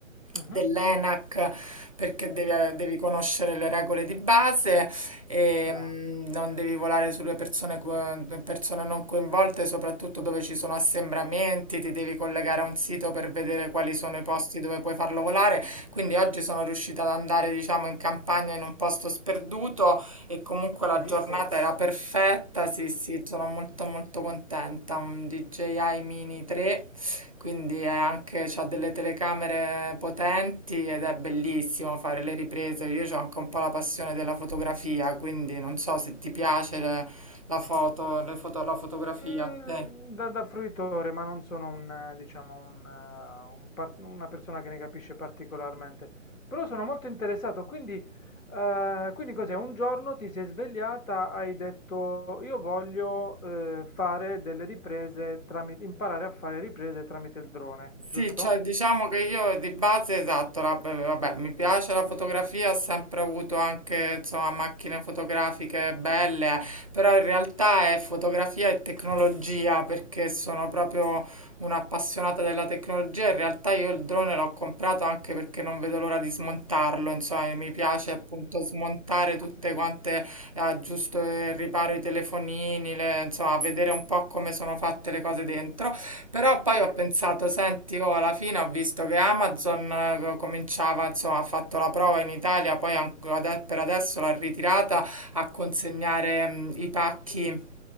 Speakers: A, on the left; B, on the right.
A: Mhm,
B: dell'ENAC perché devi, devi conoscere le regole di base e
A: Dai,
B: mh, non devi volare sulle persone, co- persone non coinvolte, soprattutto dove ci sono assembramenti, ti devi collegare a un sito per vedere quali sono i posti dove puoi farlo volare. Quindi oggi sono riuscita ad andare, diciamo, in campagna in un posto sperduto e comunque
A: fico.
B: la giornata era perfetta. Sì, sì, sono molto molto contenta. Un DJI Mini 3 quindi è anche, c'ha delle telecamere potenti ed è bellissimo fare le riprese. Io ho anche un po' la passione della fotografia, quindi non so se ti piace le- la foto, le foto- la fotografia
A: Mm,
B: a te.
A: da, da fruitore, ma non sono un, eh, diciamo, un, eh, un par- una persona che ne capisce particolarmente. Però sono molto interessato, quindi, eh, quindi cos'è? Un giorno ti sei svegliata, hai detto io voglio eh, fare delle riprese tramite, imparare a fare riprese tramite il drone, giusto?
B: Sì, cioè diciamo che io di base, esatto, la- vabbè, mi piace la fotografia, ho sempre avuto anche, insomma, macchine fotografiche belle, però in realtà è fotografia e tecnologia, perché sono proprio un'appassionata della tecnologia, in realtà io il drone l'ho comprato anche perché non vedo l'ora di smontarlo, insomma, mi piace appunto smontare
A: Cazzo,
B: tutte quante, aggiusto e riparo i telefonini, le- insomma, vedere un po' come sono fatte le cose dentro. Però poi
A: figo,
B: ho pensato, senti, oh, alla fine ho visto che Amazon eh, cominciava, insomma, ha fatto la prova in Italia, poi anche ade- per adesso l'ha ritirata a consegnare mh, i pacchi.